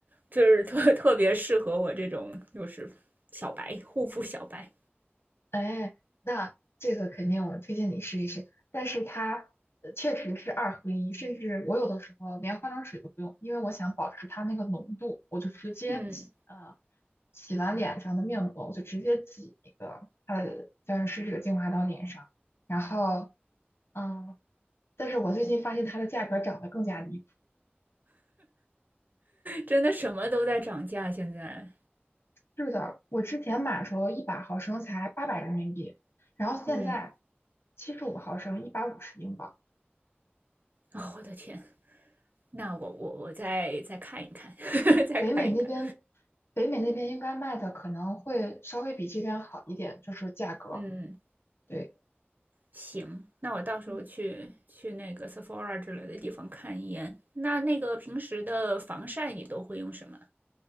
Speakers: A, on the right (about 50°); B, on the left (about 85°).
A: 就是特 <laughs> 特别适合我这种就是小白护肤小白。
B: 哎，那这个肯定我推荐你试一试，但是它呃确实是二合一，甚至我有的时候连化妆水都不用，因为我想保持它那个浓度，我就直接洗呃
A: 嗯，
B: 洗完脸上的面膜，我就直接挤那个它的娇韵诗这个精华到脸上，然后。嗯，但是我最近发现它的价格涨得更加离谱。
A: 真的什么都在涨价，现在。
B: 是的，我之前买的时候一百毫升才八百人民币，然后现在
A: 嗯，
B: 七十五毫升一百五十英镑。
A: 哦，我的天，那我我我再再看一看，<laughs> 再看一看。
B: 北美那边，北美那边应该卖的可能会稍微比这边好一点，就是价格。
A: 嗯，
B: 对，
A: 行，那我到时候去去那个
B: 嗯，
A: Sephora 之类的地方看一眼。那那个平时的防晒你都会用什么？